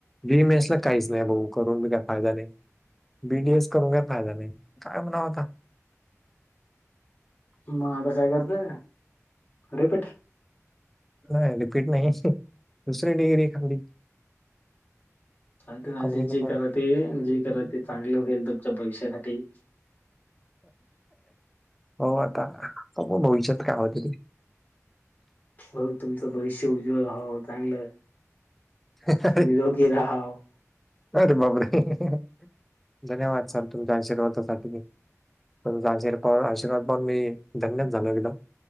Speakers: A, in the centre; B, on the left (about 35°).
A: बी एम एस ला काहीच नाही भाऊ करून बी काही फायदा नाही बी डी एस करून काय फायदा नाही काय म्हणाव आता
B: मग आता काय करते रिपीट
A: नाही रिपीट नाही दुसरी डिग्री खाली
B: चालते चालते
A: कमी लोक.
B: जे कर ते जे करत ते चांगले होईल तुमच्या भविष्यासाठी
A: हो आता भविष्यात काय होते ते
B: भा तुमचं भविष्य उज्वल हवं चांगलं
A: अरे
B: निरोगी राहाव.
A: जाऊ दे बाबा <unintelligible> धन्यवाद सर तुमच्या आशीर्वादासाठी तुमचा आशीर आशीर्वाद पाहून मी धन्यद झालो एकदम...